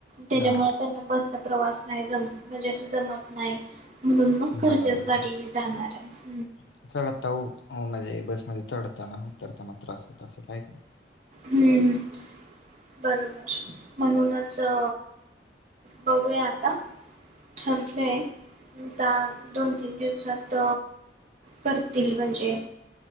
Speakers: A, on the right; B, on the left.
A: त्याच्यामुळे
B: हा
A: त्यांना बस चा प्रवास नाही जम म्हणजे असं जमत नाही म्हणून मग
B: बरोबर
A: घरच्याच गाडीन जाणार हाय.
B: <unintelligible> म्हणजे चढताना, उतरताना. त्रास होत असेल आहे का नाही?
A: हूं बरोबर. म्हणूनच अ बघूया आता ठरलय, आता दोन तीन दिवसात करतील म्हणजे.